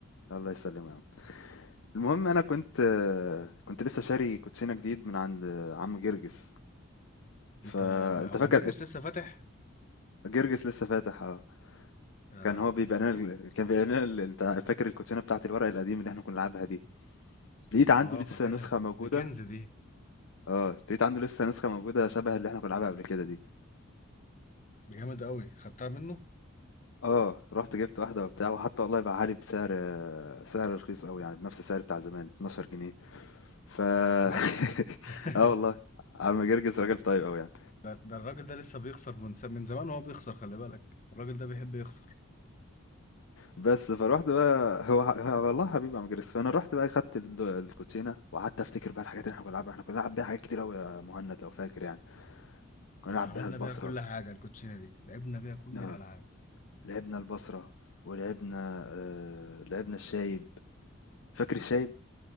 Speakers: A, on the left; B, on the left.
A: الله يسلمه يا عم المهم انا كنت كنت لسه شاري كوتشينه جديد من عند عم جرجس فانت
B: انت و- ما
A: فاكر
B: جيجس لسه فاتح
A: جرجس لسه فاتح اه
B: يا
A: كان
B: لهوي
A: هو بيبيع لنا ال- كان بيبيع لنا ال- انت فاكر الكوتشينه بتاعت الورق القديم اللي احنا كنا بنلعبها دي لقيت عنده
B: اه
A: لسه
B: فاكرها
A: نسخه موجوده
B: دي كنز دي
A: اه لقيت عنده لسه نسخه موجوده شبه اللي احنا كنا بنلعبها قبل كده دي
B: دي جامد قوي خدتها منه
A: آه، رُحت جِبت واحدة وبتاع، وحتى والله باعها لي بسعر سعر رخيص أوي، يعني بنفْس السعر بتاع زمان، 12 جنيه ف
B: بس
A: <laughs>
B: <laughs>
A: آه والله، عم جرجس راجل طيب أوي يعني،
B: ده, ده الراجل ده لسه بيخسر من س... من زمان وهو بيخسر خلي بالك الراجل ده بيحب يخسر
A: بس فرُحت بقى هو ح هو والله حبيب عم جرجس، فأنا رُحت بقى خدت ال الكوتشينة وقعدت أفتكر بقى الحاجات اللي إحنا كنا بنلعبها، إحنا كنا بنلعب بيها حاجات كتير أوي يا مهند لو فاكر يعني، كنا
B: احنا
A: بنلعب
B: عملنا
A: بيها البصرة
B: بيها كل حاجة الكوتشينة دي لعبنا بيها كل
A: آه،
B: الألعاب
A: لعبنا البصرة ولعبنا آآ، لعبنا الشايب، فاكر الشايب؟